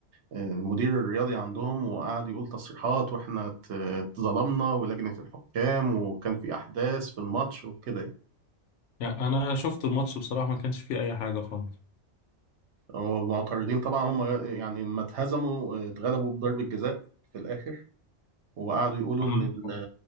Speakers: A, on the right (about 70°); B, on the left (about 80°).
A: المدير الرياضي عندهم وقعد يقول تصريحات واحنا ات- اتظلمنا ولجنة الحكام وكان في أحداث في الماتش وكده يعني.
B: يعني انا شفت الماتش بصراحه ما كانش فيه اي حاجه خالص
A: هو معترضين طبعا هم يعني لما اتهزموا اتغلبوا بضربة جزاء في الآخر وقعدوا يقولوا
B: اه
A: إن ال-